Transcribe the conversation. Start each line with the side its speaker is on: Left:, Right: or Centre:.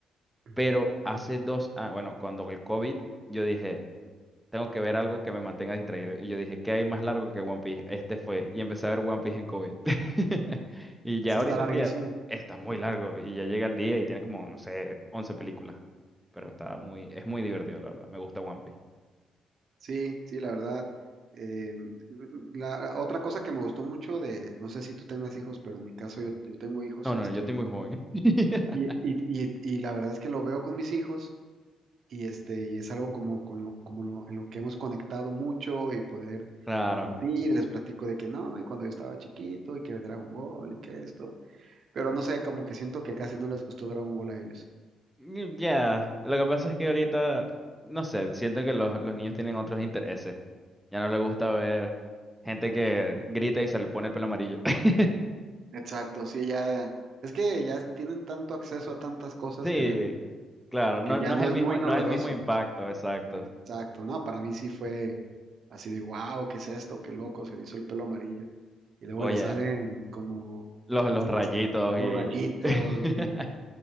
Right: mm,
Centre: Pero hace dos, ah, bueno, cuando el COVID, yo dije, tengo que ver algo que me mantenga distraído. Y yo dije, ¿qué hay más largo que One Piece? Este fue. Y empecé a ver One Piece en COVID. <laughs> Y ya
Right: sí
Centre: ahorita
Right: está larguísimo.
Centre: estoy, a- está muy largo y ya llega el día y tiene como, no sé, 11 películas. Pero está muy, es muy divertido, la verdad. Me gusta One Piece.
Right: Sí, sí, la verdad. Eh, la, otra cosa que me gustó mucho de, no sé si tú tengas hijos, pero en mi caso yo, yo tengo hijos
Centre: No,
Right: y
Centre: no,
Right: estoy,
Centre: no, yo estoy muy joven. <laughs>
Right: y, y, y, y la verdad es que lo veo con mis hijos y este y es algo como, con lo- como lo- en lo que hemos conectado mucho y poder
Centre: Claro.
Right: compartir, y les platico de que no, y cuando yo estaba chiquito y que Dragon Ball y que esto, pero no sé, como que siento que casi no les gustó Dragon Ball a ellos.
Centre: Mm, Ya, Lo que pasa es que ahorita, no sé, siento que los, los niños tienen otros intereses. Ya no les gusta ver gente que grita y se le pone el pelo amarillo. <laughs>
Right: Exacto, sí, ya es que ya tienen tanto acceso a tantas cosas
Centre: Sí,
Right: que ven
Centre: Claro, no,
Right: que ya
Centre: no
Right: no
Centre: es el
Right: es
Centre: mismo,
Right: muy novedoso.
Centre: no es el mismo impacto, exacto.
Right: Exacto, no, para mí sí fue así de wow, ¿qué es esto? Qué loco, se le hizo el pelo amarillo. Y luego
Centre: Oye,
Right: le salen como
Centre: los,
Right: las,
Centre: los rayitos
Right: los
Centre: y... y-
Right: rayitos
Centre: <laughs>
Right: y